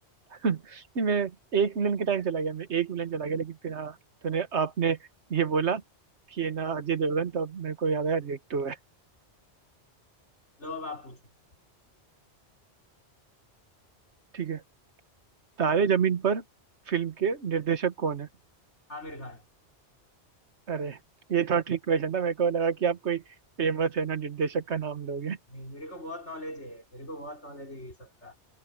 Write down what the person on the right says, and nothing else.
नहीं, मैं एक विलन के टाइम चला गया मैं एक विलन चला गया लेकिन फिर हाँ तूने आपने ये बोला कि ये ना अजय देवगन तो अब मेरे को याद आया रेड टू है
ठीक है तारे जमीन पर फिल्म के निर्देशक कौन है
अरे ये थोड़ा ट्रिक क्वेश्चन था मेरे को लगा कि आप कोई फेमस है ना निर्देशक का नाम लोगे